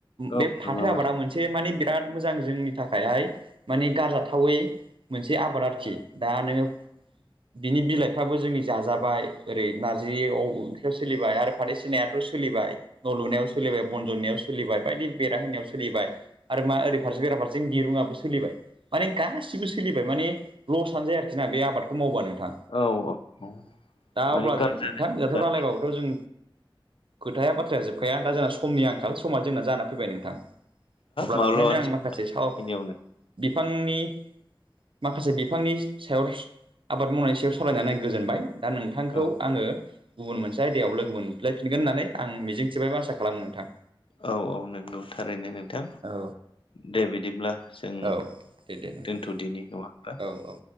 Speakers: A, on the left; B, on the right.
A: औ
B: बे फाथो
A: नङा
B: आबादा
A: माथो
B: मोनसे माने बिराद मोजां जोंनि थाखायहाय मानिे गारजाथावै मोनसे आबाद आरोखि दा नोङो बिनि बिलाइफ्राबो जोंनि जाजाबाय ओरै नारजियाव ओंख्रियाव सोलिबाय आरो फाथै सिनायाथ' सोलिबाय न' लुनायाव सोलिबाय बन जन्नायाव सोलिबाय बायदि बेरा होनायाव सोलिबाय आरो मा ओरै फारसे बेरा फारसे दिरुङावबो सोलिबाय माने गासिबो सो सोलिबाय माने लसआनो जाया आरोखि ना बे आबादखौ मावबा नोंथां।
A: औ औ
B: दा
A: माने
B: अब्ला जों नोंथां
A: गाज्रि
B: एथ' रायलायबाबोथ' जों खोथाया बाथ्राया जोबखाया दा जोंना समनि आंखाल समा जोंना जानानै फैबाय नोंथां। अब्ला
A: माब्लाबानो
B: नोंथांजों आं माखासे साव
A: बेखिनियावनो
B: बिफांनि माखासे बिफांनि सायाव आबाद मावनायनि सायाव सालायनानै आं गोजोनबाय दा नोंथांखौ
A: औ
B: आङो गुबुन मोनसे आयदायाव लोगो मोनफ्लायफिनगोन होननानै आं मिजिं थिबायबा आसा खालामो नोंथां।
A: औ औ नंगौ थारैनो नोंथां
B: औ
A: दे बिदिब्ला जों
B: औ दे दे नोंथां
A: दोनथ'दिनि
B: दे
A: नङा होनब्ला
B: औ औ